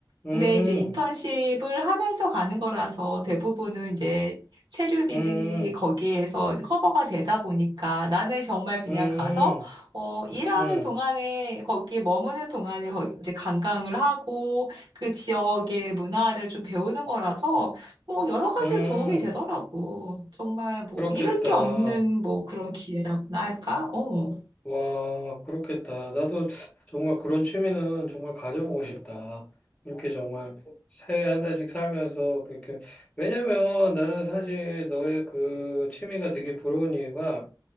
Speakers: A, on the left (about 15°); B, on the right (about 65°).
A: 음,
B: 근데 이제 인턴십을 하면서 가는 거라서 대부분은 이제 체류비들이
A: 음,
B: 거기에서 이제 커버가 되다 보니까 나는 정말 그냥
A: 음,
B: 가서 어 일하는
A: 음,
B: 동안에 거기 머무는 동안에 거- 이제 관광을 하고 그 지역의 문화를 좀 배우는 거라서 뭐 여러 가지로
A: 음,
B: 도움이 되더라고. 정말 뭐
A: 그렇겠다.
B: 잃을 게 없는 뭐 그런 기회라고나 할까? 어. 음,
A: 와, 그렇겠다. 나도 정말 그런 취미는 정말 가져보고 싶다. 이렇게 정말 새해 한 달씩 살면서 그렇게. 왜냐면 나는 사실 너의 그 취미가 되게 부러운 이유가